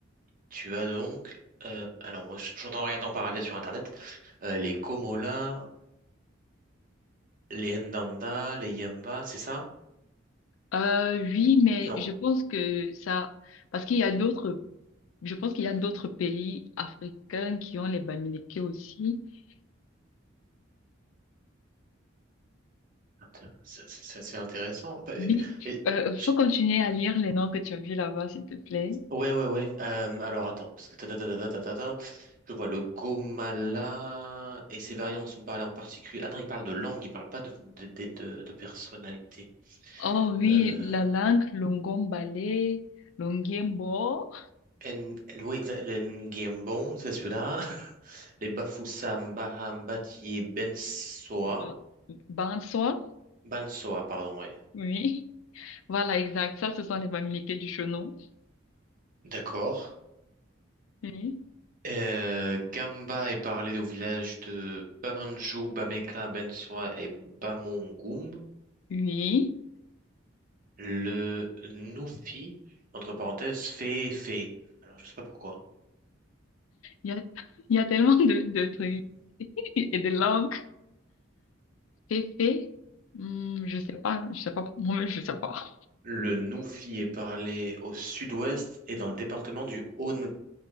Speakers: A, on the right; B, on the left.
A: tu as donc... euh, alors, moi, je je suis en train de regarder en parallèle sur Internet. euh, les Gomola, les Ndanda, les Yamba, c'est ça?
B: Euh, oui, mais
A: Non,
B: je pense que ça, parce qu'il y a d'autres, je pense qu'il y a d'autres pays africains qui ont les Bamileke aussi.
A: Inté- c'est c'est- c'est intéressant. Bah, et-
B: Oui,
A: et-
B: euh,
A: j-
B: faut continuer à lire les noms que tu as vus là-bas, s'il te plaît.
A: ouais, ouais, ouais. Euh, alors attends, parce que ta, ta, ta, ta, ta, ta, ta, ta, je vois le Gomala et ses variantes sont parlées en particulier. Ah non, il parle de langue, il parle pas de, de, de, de- de personnalité.
B: Oh oui,
A: Euh,
B: la langue Longombale, Longiembo,
A: en, oui, exa- le Ngembon, c'est celui-là. <laughs> Les Bafoussam, Baham, Batié, Bensoa.
B: Ba- Banswa,
A: Bansoa, pardon, ouais.
B: oui. Voilà, exact. Ça, ce sont les familiers du chenon.
A: D'accord.
B: Oui,
A: Euh, Gamba est parlé au village de Bamanjou, Bameka, Bensoa et Bamongum.
B: oui.
A: Le Nufi, entre parenthèses, fait fait. Alors, je sais pas pourquoi.
B: Il y a, il y a tellement de, de trucs <laughs> et de langues. Féfé, hmm, je sais pas, je sais pas, moi-même, je sais pas.
A: Le Nufi est parlé au sud-ouest et dans le département du haut de